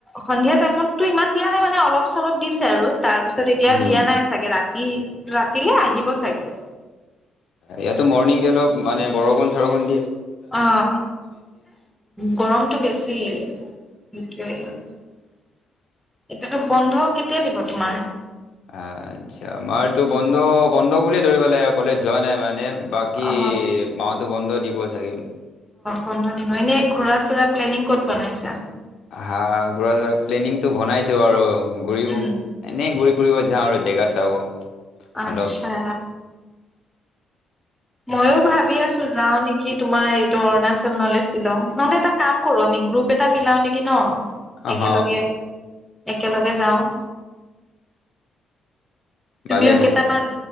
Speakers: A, in the centre; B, on the left (about 70°).
A: সন্ধিয়া টাইমতটো ইমান তেতিয়া এনে মানে অলপ-চলপ দিছে আৰু তাৰপিছত এতিয়া
B: উম
A: দিয়া নাই চাগে ৰা ৰাতি, ৰাতিলে আহিব চাগে।
B: ইয়াতো মৰ্ণিংকে অলপ মানে বৰষুণ-চৰষুণ
A: আহ, গৰমটো বেছি <inaudible> এতিয়াতো বন্ধ কেতিয়া দিব? তোমাৰ
B: আচ্ছা আমাৰটো বন্ধ, বন্ধ বুলিয়ে ধৰিব লাগে কলেজ যোৱা নাই মানে বাকী
A: অ
B: মাতো বন্ধ দি পোৱা চাগে
A: বন্ধ দিব এনে ঘুৰা চুৰা প্লেনিং ক'ত বনাইছা?
B: হা প্লেনিংটো বনাইছো বাৰু, ঘূৰিব,
A: উম
B: এনেই ঘূৰি-ফুৰিব যাওঁ আৰু জেগা চাব
A: আচ্ছা।
B: অলপ
A: মইয়ো ভাবি আছো যাও নেকি তোমাৰ এইটো অৰুণাচল নলে ছিলং নহলে তাক। কাম কৰো আমি গ্ৰুপ এটা মিলাও নেকি ন।
B: অহ
A: একেলগে। একেলগে যাওঁ। তুমিও
B: ভালেই হ'ব
A: কেটামান।